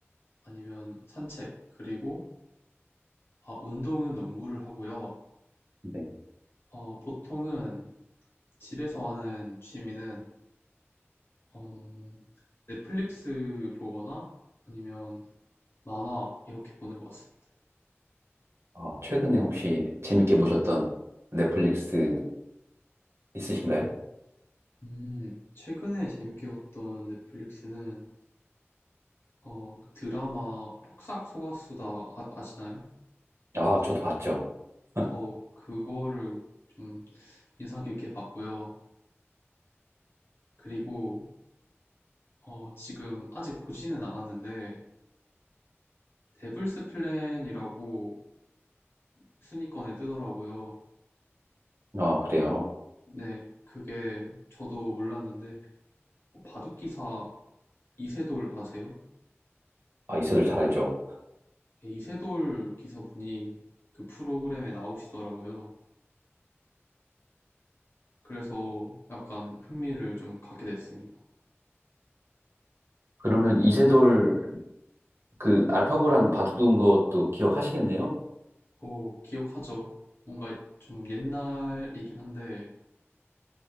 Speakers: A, on the left (about 60°); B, on the right (about 65°).
A: 아니면 산책, 그리고 아, 운동은 농구를 하고요.
B: 네.
A: 어, 보통은 집에서 하는 취미는 어, 넷플릭스 보거나 아니면 만화 이렇게 보는 것 같습니다.
B: 아, 최근에 혹시 재밌게 보셨던 넷플릭스 있으신가요?
A: 음, 최근에 재밌게 봤던 넷플릭스는 어, 그 드라마 폭싹 속았수다 아, 아시나요?
B: 아, 저도 봤죠. <laughs>
A: 어, 그거를 좀 인상 깊게 봤고요. 그리고 어, 지금 아직 보지는 않았는데 데블스 플랜이라고 순위권에 뜨더라고요.
B: 아, 그래요.
A: 네, 그게 저도 몰랐는데 바둑 기사 이세돌 아세요?
B: 아, 이세돌 잘 알죠.
A: 네, 이세돌 기사분이 그 프로그램에 나오시더라고요. 그래서 약간 흥미를 좀 갖게 됐습니다.
B: 그러면 이세돌 그 알파고랑 바둑 두는 것도 기억하시겠네요?
A: 오, 기억하죠? 뭔가 좀 옛날이긴 한데